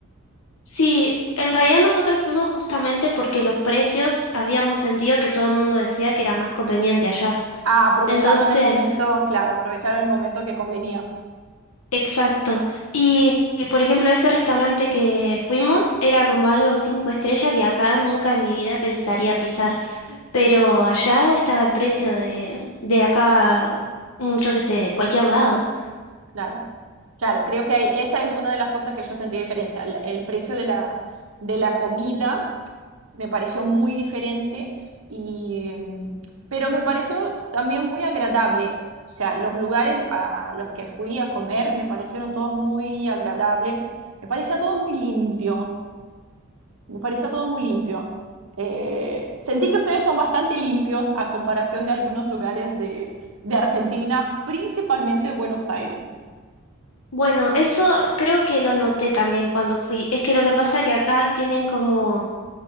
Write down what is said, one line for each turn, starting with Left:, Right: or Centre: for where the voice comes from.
Left: Sí, en realidad nosotros fuimos justamente porque los precios habíamos sentido que todo el mundo decía que era más conveniente allá.
Right: Ah, aprovecharon
Left: Entonces,
Right: el momento, claro, aprovecharon el momento que convenía,
Left: exacto. Y, y, por ejemplo, ese restaurante que fuimos era como algo cinco estrellas que acá nunca en mi vida pensaría pisar. pero allá estaba el precio de, de acá, mm, yo qué sé, cualquier lado.
Right: claro. Claro, creo que hay, esa es una de las cosas que yo sentí diferencia, la- el precio de la, de la comida me pareció muy diferente y mm, pero me pareció también muy agradable. O sea, los lugares a los que fui a comer me parecieron todos muy agradables. Me parecía todo muy limpio. Me parecía todo muy limpio. Eh, sentí que ustedes son bastante limpios a comparación de algunos lugares de, de Argentina, principalmente Buenos Aires.
Left: Bueno, eso creo que lo noté también cuando fui. Es que lo que pasa que acá tienen como